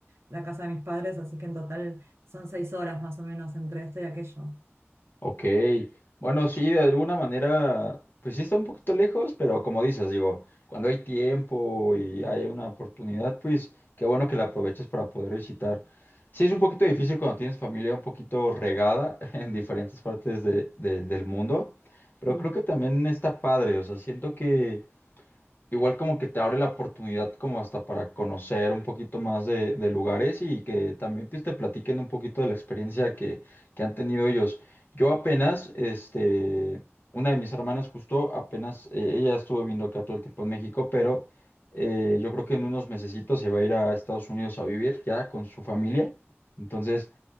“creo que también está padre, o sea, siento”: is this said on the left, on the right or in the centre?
Left